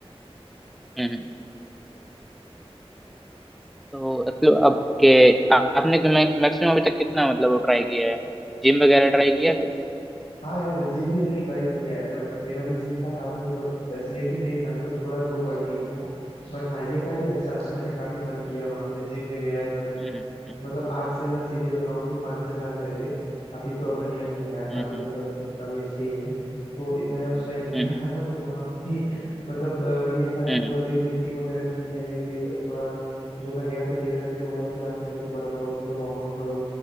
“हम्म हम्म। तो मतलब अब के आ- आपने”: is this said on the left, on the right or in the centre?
Centre